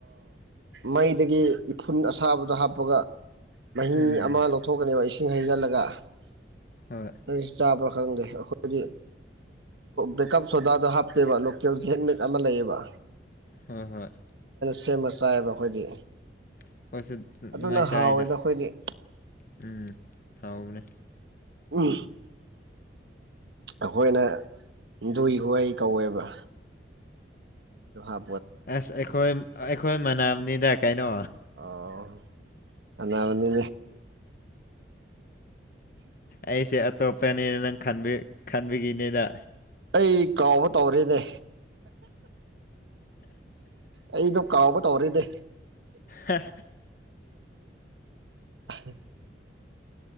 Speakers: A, on the right; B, on the left.
A: ꯃꯩꯗꯒꯤ ꯏꯐꯨꯟ ꯑꯁꯥꯕꯗꯣ ꯍꯥꯞꯄꯒ ꯃꯍꯤ
B: ꯎꯝ
A: ꯑꯃ ꯂꯧꯊꯣꯛꯀꯅꯦꯕ ꯏꯁꯤꯡ ꯍꯩꯖꯤꯜꯂꯒꯥꯕ꯭ꯔꯥ
B: ꯍꯣꯏ
A: ꯈꯪꯗꯦ ꯑꯩꯈꯣꯏꯗꯤ ꯕꯦꯀꯞ ꯁꯣꯗꯥꯗꯣ ꯍꯥꯞꯇꯦꯕ ꯂꯣꯀꯦꯜꯒꯤ ꯍꯦꯟꯠꯃꯦꯠ ꯑꯃ ꯂꯩꯌꯦꯕ
B: ꯍꯥ ꯍꯥꯣꯏ
A: ꯁꯦꯝꯕ ꯆꯥꯏꯌꯦꯕ ꯑꯩꯈꯣꯏꯗꯤ
B: ꯑꯩꯈꯣꯏꯁꯨ ꯑꯗꯨꯃꯥꯏꯅ
A: ꯑꯗꯨꯅ
B: ꯆꯥꯏꯗ
A: ꯍꯥꯎꯋꯦꯗ ꯑꯩꯈꯣꯏꯗꯤ
B: ꯎꯝ ꯊꯥꯎꯅꯦ
A: ꯎꯝ ꯑꯩꯈꯣꯏꯅ ꯍꯤꯟꯗꯨꯏ ꯍꯨꯍꯏ ꯀꯧꯋꯦꯕ ꯍꯥꯥ
B: ꯑꯁ ꯑꯩꯈꯣꯏ ꯑꯩꯈꯣꯏ ꯃꯅꯥꯅꯤꯗ ꯀꯩꯅꯣ
A: ꯑꯣ ꯑꯅꯥꯕꯅꯤ
B: ꯑꯩꯁꯦ ꯑꯇꯣꯞꯄꯅꯤꯅ ꯅꯪ ꯈꯟꯕꯤ ꯈꯟꯕꯤꯒꯤꯅꯤꯅ
A: ꯑꯩ ꯀꯥꯎꯕ ꯇꯧꯔꯦꯅꯦ ꯑꯩꯗꯣ ꯀꯥꯎꯕ ꯇꯧꯔꯤꯗꯤ
B: ꯑ
A: <inaudible>